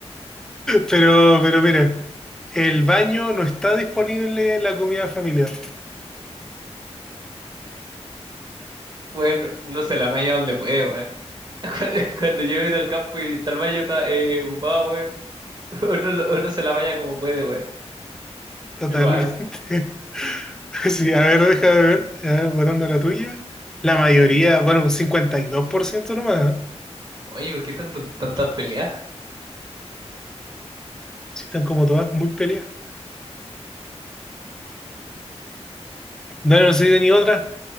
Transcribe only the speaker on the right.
Mm.
Bueno, uno se la apaña donde puede, weón. <laughs> Cuando yo he ido al campo y está el baño está, eh, ocupado, weón. <laughs> Uno, lo- uno se la baña como puede, weón.
Igual.
Oye, ¿por qué tanto- tantas peleas?